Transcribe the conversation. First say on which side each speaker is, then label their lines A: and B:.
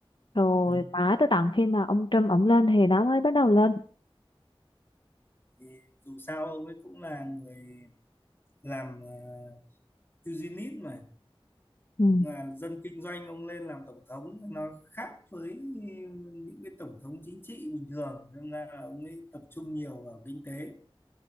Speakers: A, on the left; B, on the left.
A: Rồi
B: Ừ.
A: mãi tới tận khi mà ông Trump ổng lên thì nó mới bắt đầu lên.
B: thì dù sao ông ấy cũng là người làm uh, eugenist mà
A: Ừ,
B: là dân kinh doanh ông lên làm tổng thống nó khác với những cái tổng thống chính trị bình thường nên là ông ấy tập trung nhiều vào kinh tế